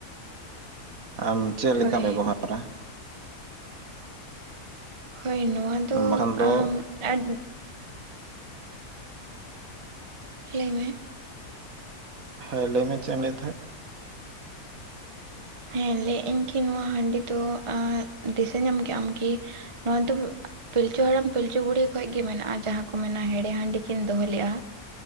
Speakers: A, on the right; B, on the right.
A: ᱟᱢ ᱪᱮᱫ
B: ᱦᱳᱭ,
A: ᱞᱮᱠᱟᱢ ᱵᱮᱵᱚᱦᱟᱨᱟ
B: ᱦᱳᱭ ᱱᱚᱣᱟ ᱫᱚ
A: ᱵᱟᱠᱷᱟᱱ ᱫᱚ
B: ᱟᱢ ᱟ. ᱰ ᱞᱟᱹᱭᱢᱮ
A: ᱦᱮᱸ ᱞᱟᱹᱭ ᱢᱮ ᱪᱮᱫ ᱮᱢ ᱞᱟ. ᱭᱮᱫ ᱛᱟᱦᱮᱸᱜ
B: ᱦᱮᱸ ᱞᱟᱹᱭᱮᱫ ᱟᱹᱧ ᱠᱤ ᱱᱚᱣᱟ ᱦᱟᱺᱰᱤ ᱫᱚ, ᱟᱡ ᱫᱤᱥᱟᱹ ᱧᱟᱢ ᱠᱮᱜ ᱟᱢ ᱠᱤ? ᱱᱚᱣᱟ ᱫᱚ ᱯᱤᱞᱪᱩ ᱦᱟᱲᱟᱢ ᱯᱤᱞᱪᱩ ᱵᱩᱲᱦᱤ ᱠᱷᱚᱱᱚᱡ ᱜᱮ ᱢᱮᱱᱟᱜᱼᱟ ᱡᱟᱦᱟᱸ ᱠᱚ ᱢᱮᱱᱟ ᱦᱮᱲᱮ ᱦᱟᱺᱰᱤ ᱠᱤᱱ ᱫᱚᱦᱚ ᱞᱮᱫᱼᱟ᱾